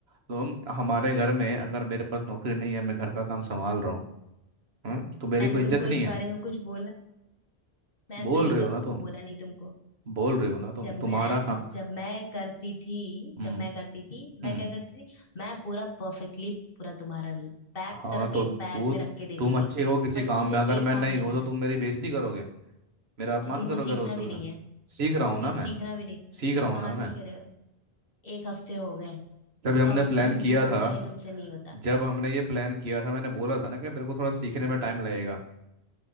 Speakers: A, on the right (about 70°); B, on the left (about 55°).
A: तो हमारे घर में अगर मेरे पास नौकरी नहीं है मैं घर का काम संभाल रहा हूँ हाँ? तो मेरी
B: मैंने
A: कोई इज्जत
B: तुमको
A: नहीं
B: इस
A: है
B: बारे में कुछ बोला मैंने
A: बोल
B: तो ये
A: रहे
B: कब
A: हो ना तुम
B: बोला नहीं तुमको
A: बोल रहे हो ना तुम
B: जब
A: तुम्हारा
B: मैं
A: काम
B: जब मैं करती थी
A: हम्म
B: जब मैं करती थी मैं
A: हम्म
B: क्या करती थी मैं पूरा परफेक्टली पूरा तुम्हारा पैक
A: हाँ
B: करके
A: तो तू
B: बैग में रख के देती
A: तुम अच्छे
B: थी
A: हो किसी
B: पर
A: काम
B: तुमसे
A: में अगर
B: एक
A: मैं
B: काम
A: नहीं
B: नहीं
A: हूँ
B: होता
A: तो तुम मेरी बेइज्जती करोगे मेरा अपमान
B: तो तुमको
A: करोगे
B: सीखना
A: रोज सुबह
B: भी नहीं है
A: सीख रहा
B: नहीं
A: हूँ ना मैं
B: सीखना भी नहीं
A: सीख रहा हूँ
B: कहाँ
A: ना मैं
B: सीख रहे हो एक हफ्ते हो गए
A: जब हमने
B: कभी
A: प्लान किया
B: बिना
A: था
B: कहे तुमसे नहीं होता
A: जब हमने ये प्लान किया था मैंने बोला था ना कि मेरे को थोड़ा सीखने में टाइम लगेगा